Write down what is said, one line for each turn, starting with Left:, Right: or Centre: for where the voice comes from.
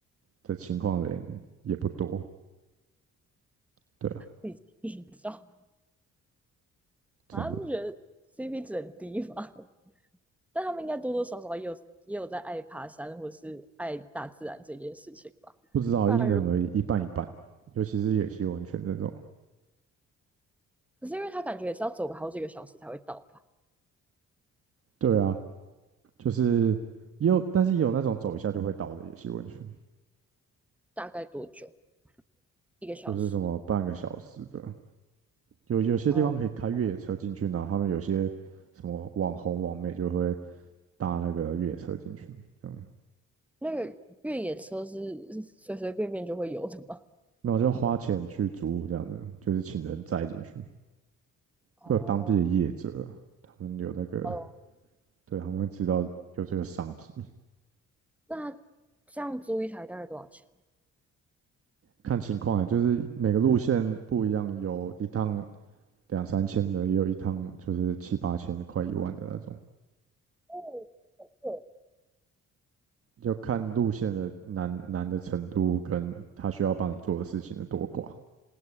Right: 的情况的人也不多，对啊，
Centre: 自己营造，<laughs>
Right: 真的
Centre: 啊，不觉得 CP 值很低吗？<laughs> 但他们应该多多少少也有也有在爱爬山或是爱大自然这件事情吧。
Right: 不知道因人而异，
Centre: 不然如
Right: 一半一半，尤其是野溪温泉这种，
Centre: 可是因为他感觉也是要走个好几个小时才会到吧？
Right: 对啊，就是也有，但是也有那种走一下就会倒的野溪温泉，
Centre: 大概多久？一个小时？
Right: 就是什么半个小时的，有有些地方可以开越野车进去，
Centre: 哦。
Right: 然后他们有些什么网红网美就会搭那个越野车进去，这样，
Centre: 那个越野车是 <laughs> 随随便便就会有的吗？
Right: 那我就花钱去租这样子，就是请人载进去。
Centre: 哦，
Right: 会有当地的业者，他们有那个，
Centre: 哦，
Right: 对，他们会知道有这个商机，
Centre: 那这样租一台大概多少钱？
Right: 看情况啊，就是每个路线不一样，有一趟两三千的，也有一趟就是七八千、快一万的那种，
Centre: 哦，很贵。
Right: 要看路线的难难的程度跟他需要帮你做的事情的多寡。